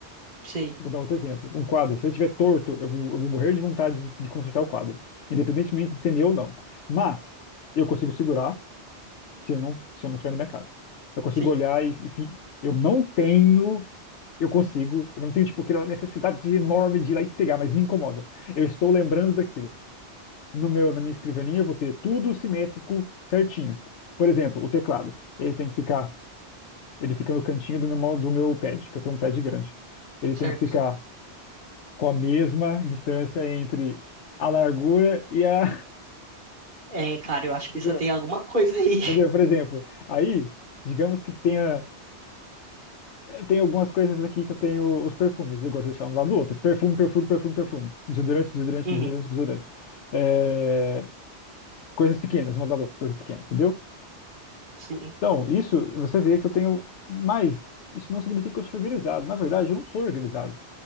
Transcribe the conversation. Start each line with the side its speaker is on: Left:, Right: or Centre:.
Right: Sei.
Left: vou dar outro exemplo, um quadro, se ele tiver torto, eu vou, eu vou morrer de vontade de, de consertar o quadro, independentemente de ser meu ou não. Mas eu consigo segurar se eu não, se eu não estiver na minha casa. Eu consigo
Right: Sim.
Left: olhar e, enfim, eu não tenho, eu consigo, eu não tenho, tipo, aquela necessidade enorme de ir lá e pegar, mas me incomoda. Eu estou lembrando daquilo no meu, na minha escrivaninha, eu vou ter tudo simétrico, certinho. Por exemplo, o teclado, ele tem que ficar, ele fica no cantinho do meu, mo- do meu pad, que eu tenho um pad grande. Ele
Right: Certo.
Left: tem que ficar com a mesma distância entre a largura e a,
Right: É, cara,
Left: <laughs>
Right: eu acho que
Left: entendeu?
Right: isso tem alguma coisa aí. <laughs>
Left: Entendeu? Por exemplo, aí, digamos que tenha eu tenho algumas coisas aqui que eu tenho os perfumes, eu gosto de deixar um do lado do outro. Perfume, perfume, perfume, perfume. Desodorante, desodorante,
Right: Uhum,
Left: desodorante, desodorante. É, Coisas pequenas, uma do lado da outra, coisa pequena, entendeu?
Right: sim.
Left: Então, isso, você vê que eu tenho. Mas isso não significa que eu sou organizado. Na verdade, eu não sou organizado.